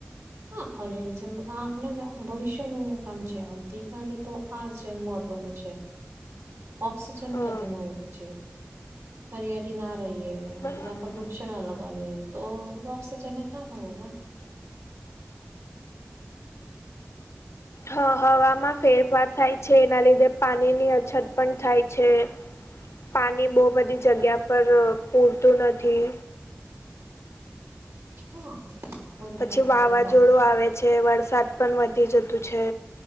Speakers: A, on the right; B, on the left.
A: હા હ આપણા જ ભવિષ્યનું કામ છે આવતીકાલે તો આજ મહત્વનું છે. ઓક્સિજન
B: હા
A: કે્યાથી મળે પછી. ફરિયાળી ના રહીએ
B: બરાબર
A: બધા આપણ વૃક્ષ ના લગાવીએ તો ઓક્સિજન જ ના મળે ને.
B: હ હવામાં ફેરફાર થાય છે એના લીધે પાણીની અછત પણ થાય છે. પાણી બહુ બધી જગ્યા પર પૂરતું નથી.
A: હા. મોદી
B: પછી
A: જગ્યા પર
B: વાવાઝોડું
A: પોતાની બાપ
B: આવે છે વરસાદ પણ વધી જતું છે.